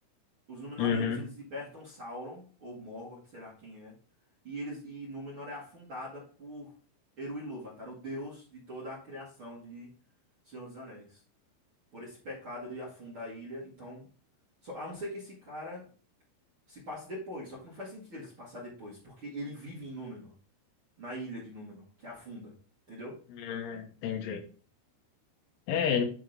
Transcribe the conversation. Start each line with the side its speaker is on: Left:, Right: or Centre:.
Right: Os Númenóreanos,
Left: uhum,
Right: eles libertam Sauron, ou Morgoth, sei lá quem é. E eles e Númenor é afundada por Eru Ilúvatar, o deus de toda a criação de Senhor dos Anéis. Por esse pecado, ele afunda a ilha. Então, só, a não ser que esse cara se passa depois. Só que não faz sentido ele se passar depois, porque ele vive em Númenor, na ilha de Númenor, que afunda, entendeu?
Left: hum, entendi. É,